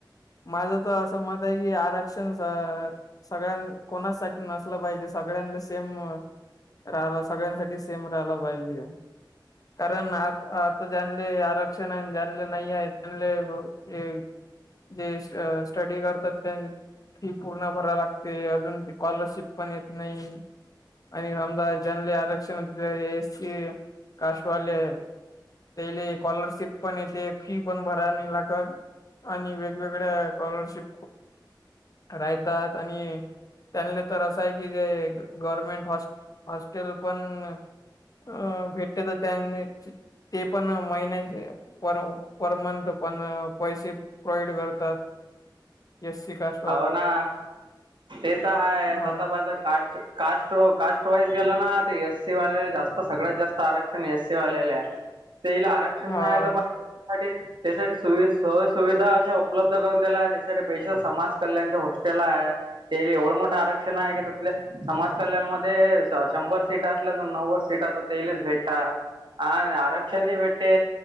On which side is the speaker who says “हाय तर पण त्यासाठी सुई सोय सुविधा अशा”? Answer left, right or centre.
Right